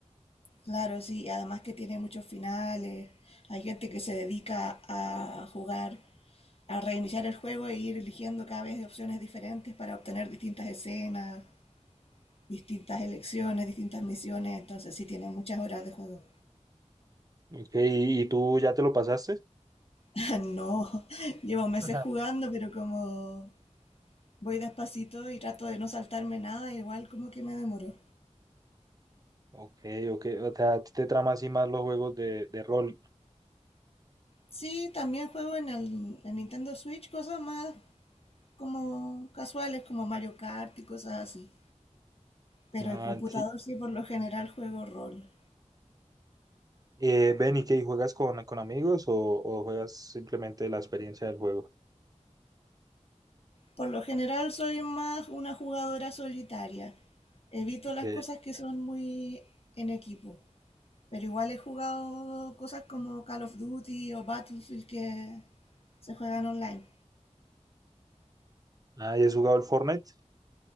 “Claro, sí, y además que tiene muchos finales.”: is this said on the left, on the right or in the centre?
Left